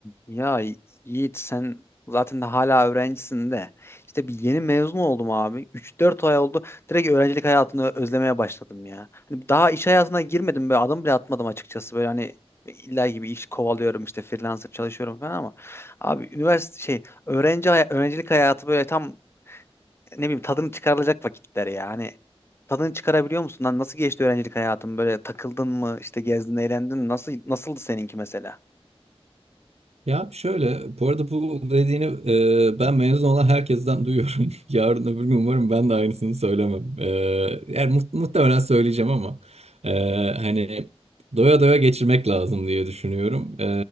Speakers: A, on the left; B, on the right.
A: Ya Yiğit sen zaten de hala öğrencisin de İşte bir yeni mezun oldum abi. Üç dört ay oldu. Direkt öğrencilik hayatını özlemeye başladım ya. Hani daha iş hayatına girmedim böyle adım bile atmadım açıkçası. Böyle hani illa gibi iş kovalıyorum işte freelancer çalışıyorum falan ama abi üniversite şey öğrenci hay- öğrencilik hayatı böyle tam ne bileyim tadını çıkarılacak vakitler ya. Hani tadını çıkarabiliyor musun? Lan nasıl geçti öğrencilik hayatın? Böyle takıldın mı? İşte gezdin, eğlendin mi? Nasıl nasıldı seninki mesela?
B: Ya şöyle, bu arada bu dediğini e, ben mezun olan herkesten duyuyorum. <laughs> Yarın öbür gün umarım ben de aynısını söylemem. E, yani mu- muhtemelen söyleyeceğim ama e, hani doya doya geçirmek lazım diye düşünüyorum. E,